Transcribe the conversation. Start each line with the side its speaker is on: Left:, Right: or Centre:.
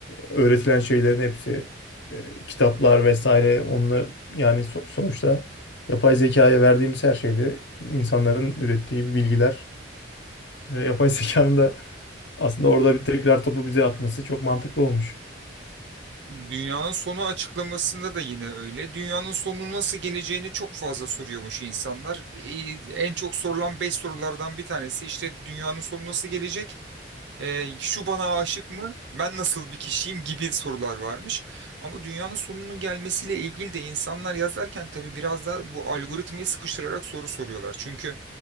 Left: öğretilen şeylerin hepsi e, kitaplar vesaire onlar yani so- sonuçta yapay zekaya verdiğimiz her şeyde insanların ürettiği bilgiler ve yapay <laughs> zekanın da aslında orada bir tekrar topu bize atması çok mantıklı olmuş.
Right: Dünyanın sonu açıklamasında da yine öyle. Dünyanın sonu nasıl geleceğini çok fazla soruyormuş insanlar. Ee, En çok sorulan 5 sorulardan bir tanesi işte dünyanın sonu nasıl gelecek? E, şu bana aşık mı? Ben nasıl bir kişiyim gibi sorular varmış. Ama dünyanın sonunun gelmesiyle ilgili de insanlar yazarken tabii biraz da bu algoritmayı sıkıştırarak soru soruyorlar. Çünkü